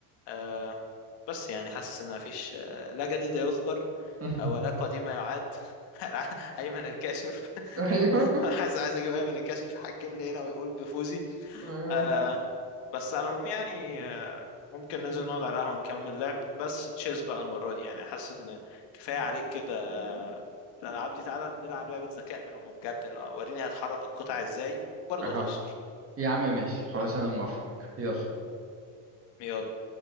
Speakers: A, on the left; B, on the right.
A: آه بس يعني حاسس ان مفيش آه لا جديد يذكر
B: <laughs>
A: آه ولا قديم يعاد <laughs> ايمن الكاشف
B: ايوه
A: <laughs> حاسس عايز اجيب ايمن الكاشف يحكمني هنا ويقول بفوزي
B: ايوه
A: آه بس على العموم يعني آه ممكن ننزل نقعد على القهوة نكمل لعب بس تشيز بقى المرة دي يعني حاسس ان كفاية عليك كده آه، الألعاب دي تعالى نلعب لعبة ذكاء من أم بجد اللي هو وريني هتحرك القطع ازاي برضه
B: اها
A: هتخسر
B: يا عم ماشي خلاص انا موافق يلا
A: يلا